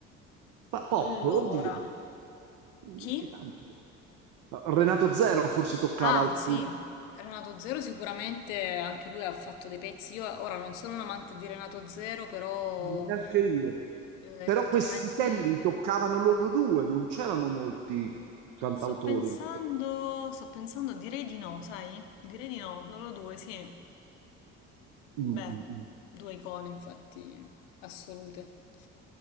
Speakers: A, on the right; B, on the left.
A: Pa- pop,
B: Allora,
A: oddio, Mm,
B: Chi?
A: che tanto. Renato Zero forse toccava
B: Ah,
A: alcuni,
B: sì. Renato Zero sicuramente anche lui ha fatto dei pezzi. Io ora non sono un amante di Renato Zero, però
A: neanche io.
B: eh,
A: Però
B: effettivamente
A: questi temi
B: sì.
A: li toccavano loro due, non c'erano molti cantautori.
B: Sto pensando, sto pensando, direi di no, sai? Direi di no, loro due, sì.
A: Mm,
B: Beh,
A: mm, mm.
B: due icone infatti assolute.